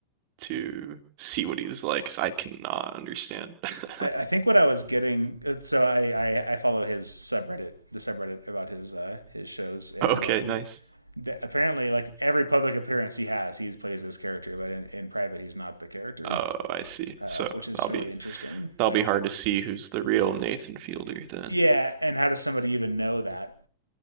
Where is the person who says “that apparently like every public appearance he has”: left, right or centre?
Right